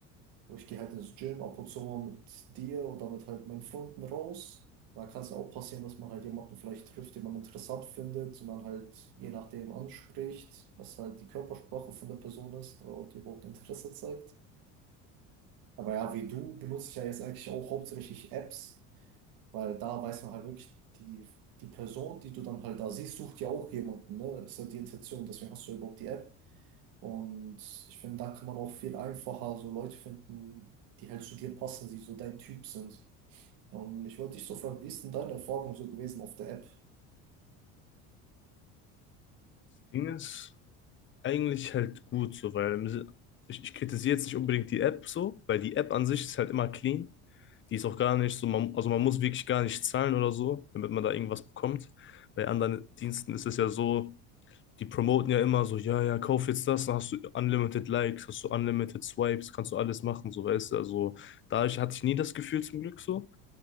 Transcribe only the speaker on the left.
Das Ding ist, Eigentlich halt gut so, weil im Si- ich, ich kritisiere jetzt nicht unbedingt die App so, weil die App an sich ist halt immer clean. Die ist auch gar nicht so, man, also man muss wirklich gar nicht zahlen oder so, damit man da irgendwas bekommt. Bei anderen Diensten ist es ja so, die promoten ja immer so, ja, ja, kauf jetzt das, dann hast du unlimited Likes, hast du unlimited Swipes, kannst du alles machen, so weißt du. Also da ich, hatte ich nie das Gefühl zum Glück so.